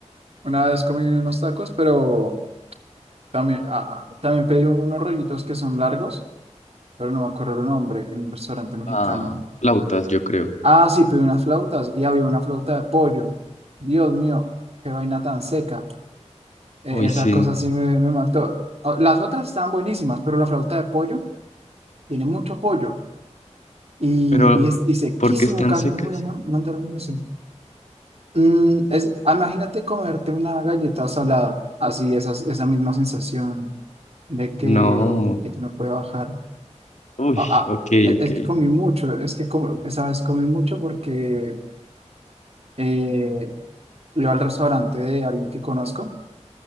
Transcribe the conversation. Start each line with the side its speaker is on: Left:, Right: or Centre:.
Right: Una vez comí unos tacos, pero también, ah, ah, también pedí un- unos rollitos que son largos, pero no me acuerdo el nombre, en un restaurante mexicano.
Left: Ah, flautas, yo creo.
Right: Ah, sí, pedí unas flautas y había una flauta de pollo. Dios mío, qué vaina tan seca. Eh,
Left: Uy,
Right: esa
Left: sí.
Right: cosa sí me, me mató. Ah, Las otras estaban buenísimas, pero la flauta de pollo tiene mucho pollo. Y,
Left: Pero,
Right: y, es, y sequísimo,
Left: ¿por qué están
Right: casi
Left: secas?
Right: no podía man- mandar un eso. Mm, es, ah, imagínate comerte una galleta salada, así esa, esa misma sensación de que,
Left: No.
Right: de que no puede bajar.
Left: Uy,
Right: Ah, ah,
Left: ok,
Right: e-
Left: ok.
Right: es que comí mucho, es que com- esa vez comí mucho porque eh, iba al restaurante de alguien que conozco